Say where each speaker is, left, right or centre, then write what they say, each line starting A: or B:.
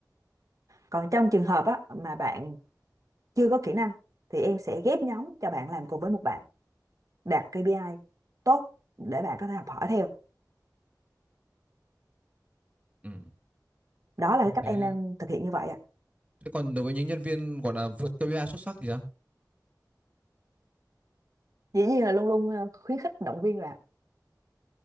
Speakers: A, on the right; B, on the right.
A: Còn trong trường hợp á mà bạn chưa có kỹ năng thì em sẽ ghép nhóm cho bạn làm cùng với một bạn đạt KPI tốt để bạn có thể học hỏi theo
B: Ừ.
A: đó là
B: Tôi
A: cái cách
B: thấy
A: em đang thực hiện như vậy ạ
B: thế còn đối với những nhân viên gọi là vượt KPI xuất sắc thì sao
A: dĩ nhiên là luôn luôn ờ, khuyến khích động viên là